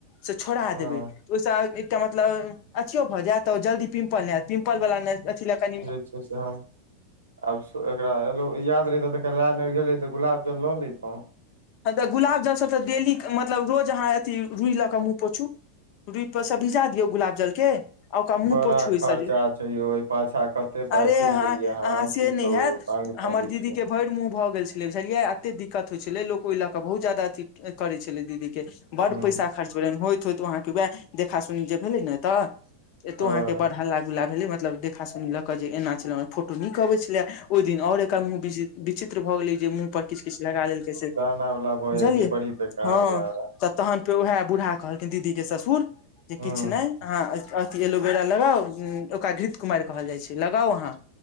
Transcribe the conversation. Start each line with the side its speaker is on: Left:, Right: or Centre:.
Left: से छोड़ा
Right: हँ
Left: देबै ओसभ एकटा मतलब अथियो भऽ जायत जल्दी पिम्पल नहि हयत पिम्पल वाला अथी लए कनि
Right: अचच्ाँ आब एकराो याद रहहित तऽा गेलै तऽ गुलाब जल लऽ लेतहुँ
Left: तऽ गुलाब जल तऽ ेली मतलब रोज अहाँ अथी रुइ लऽ कऽ मुँह पोछु रुइ पर से भिजा दियौ गुलाब जल के आ ओकरा मुह
Right: बड़ा
Left: पोछुइ
Right: खर्चा
Left: सजे
Right: छै यौ ओहि पाछा कते पाइ
Left: अरे
Right: फूकि
Left: अहाँ
Right: देलियै हम की
Left: से
Right: कहू
Left: नहि हैत
Right: तंग तंग
Left: हमर
Right: छियै
Left: दीदी के भरि मुंह भऽ गेल छै े छलियै एते दिक्कत होइ छलै लोक ओहि लऽ कऽ बहुत जादा अथी करै छलै दीदी के बड
Right: हूँ
Left: पैसा खर्च होलै होइत होइत वहाँके वएह देखा सुनी जे भेले ने तऽ एतो
Right: हँ
Left: अहाँके बड़ हल्ला गुला भेलै मतलब देख खासुनी लऽ कऽ जे एना छल फोटो नीक अबैत छलै ओहि दिन आओर एकर मूवी विचित्र भऽ गेलै जे मुँह पर किछु किछु लगा लेलकै से
Right: खना वला भ
Left: बुझलियै
Right: जाय छै बड़ी बेकार
Left: हँ
Right: य
Left: तऽ तहन फेर उएह बूढ़ा कहलखिन दीदी के ससुर जे
Right: हूँ
Left: किछु नहि अहाँ अथी एलोवेरा लगाउ ओकरा घृत कुमारि कहल जाइ छै लगाउ अहाँ